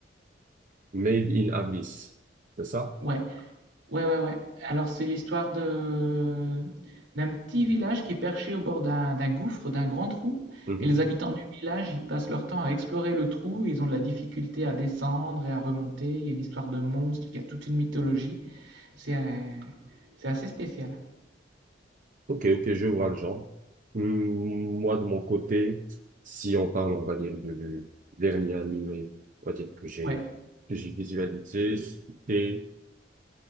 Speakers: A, on the right (about 45°); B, on the right (about 85°).
A: Made in Abyss, c'est ça?
B: Ouais, ouais, ouais, ouais. Alors c'est l'histoire de d'un petit village qui est perché au bord d'un d'un gouffre, d'un grand trou,
A: Mhm.
B: et les habitants du village, ils passent leur temps à explorer le trou, ils ont de la difficulté à descendre et à remonter, il y a une histoire de monstre, il y a toute une mythologie, c'est euh, c'est assez spécial.
A: Ok, ok, je vois le genre. Hum, Moi, de mon côté, si on parle, on va dire, du dernier animé, on va dire que j'ai,
B: Ouais,
A: que j'ai visualisé, c'était